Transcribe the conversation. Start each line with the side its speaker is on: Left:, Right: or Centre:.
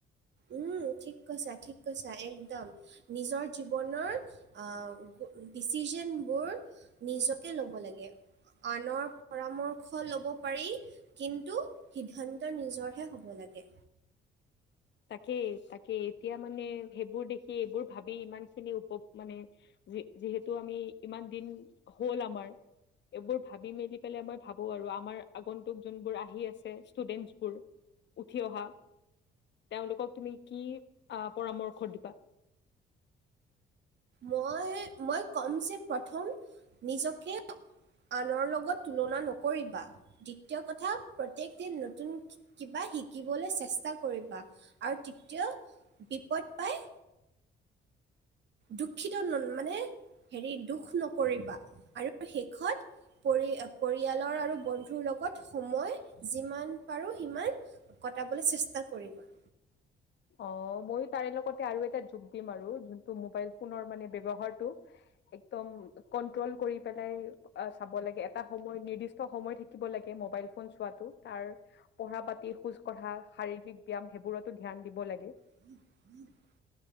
Right: উম', ঠিক কৈছা-ঠিক কৈছা একদম। নিজৰ জীৱনৰ আ, ডিচিশনবোৰ নিজকে লব লাগে, আনৰ পৰামৰ্শ লব পাৰি কিন্তু সিদ্ধান্ত নিজৰহে হব লাগে।
Left: তাকেই-তাকে এতিয়া মানে সেইবোৰ দেখি এইবোৰ ভাবি ইমান খিনি উপ মানে যি- যিহেতু আমি ইমান দিন হ'ল আমাৰ এইবোৰ ভাবি মেলি পেলাই মই ভাবো আৰু, আমাৰ আগন্তুক যোনবোৰ আহি আছে ষ্টুডেন্টছ বোৰ উঠি অহা তেওঁলোকক তুমি কি আহ পৰামৰ্শ দিবা?
Right: মই, মই ক'ম যে প্ৰথম, নিজকে আনৰ লগত তুলনা নকৰিবা, দ্বিতীয় কথা প্ৰত্যেক দিন নতুন কিবা শিকিবলৈ চেষ্টা কৰিবা, আৰু তৃতিয়া বিপদ পাই দুখিত, মানে হেৰি দুখ নকৰিবা, আৰু শেষত পৰি পৰিয়ালৰ আৰু বন্ধুৰ লগত সময়, যিমান পাৰো সিমান কটাবলে চেষ্টা কৰিবা।
Left: অ', মইয়ো তাৰে লগতে আৰু এটা যোক দিম আৰু যোনটো মোবাইল ফোনৰ মানে ব্যৱহাৰটো এ কদম কণ্ট্ৰল কৰি পেলাই চাব লাগে, এটা সময়ত নিদিষ্ট সময় থাকি ব লাগে ম'বাইল ফোন চোৱাটো, তাৰ পঢ়া পাতি, খোজ কঢ়া, শাৰীৰিক ব্যায়াম, সেইবোৰতো ধ্যান দিব লাগে।
Right: <inaudible>